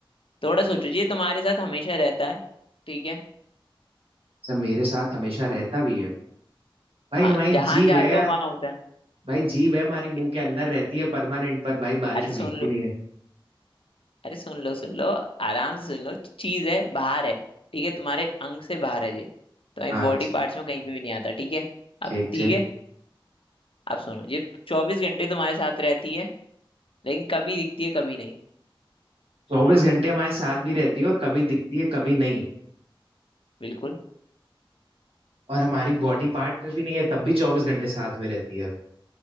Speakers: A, on the left; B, on the right.
A: थोड़ा सोचो ये तुम्हारे साथ हमेशा रहता है ठीक है
B: सब मेरे साथ हमेशा रहता भी है भाई
A: हाँ
B: हमारी
A: जहां
B: जीभ
A: जाते
B: है यार
A: हो वहां होता है
B: भाई जीभ है हमारी
A: ठीक
B: मुंह
A: है।
B: के अंदर रहती है परमानेंट पर भाई बारिश
A: अरे
B: में भीगती
A: सुन लो
B: नहीं है
A: अरे सुन लो सुन लो आराम से सुन लो चीज है बाहर है ठीक है तुम्हारे अंग से बाहर है ये तुम्हारी
B: हाँ
A: बॉडी
B: ठीक
A: पार्ट्स में कहीं पे भी नहीं आता ठीक है अब
B: ठीक
A: ठीक
B: ठीक।
A: है अब सुनो ये चौबीस घंटे तुम्हारे साथ रहती है लेकिन कभी दिखती है कभी नहीं
B: चौबीस घंटे हमारे साथ भी रहती है और कभी दिखती है कभी नहीं
A: बिल्कुल
B: और हमारी बॉडी पार्ट में भी नहीं है तब भी चौबीस घंटे साथ में रहती है